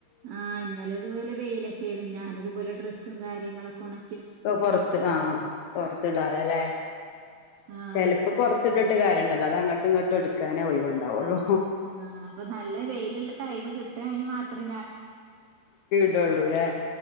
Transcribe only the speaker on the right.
ആ ഇന്നലെ അത്പോലെ വെയിലൊക്കെന്നു ഞാനിതുപോലെ ഡ്രസ്സും കാര്യങ്ങളൊക്കെ ഒണ
ആഹ്
ആ അപ്പൊ നല്ല വെയിലുള്ള ടൈം കിട്ടുകയാണെങ്കി മാത്രേ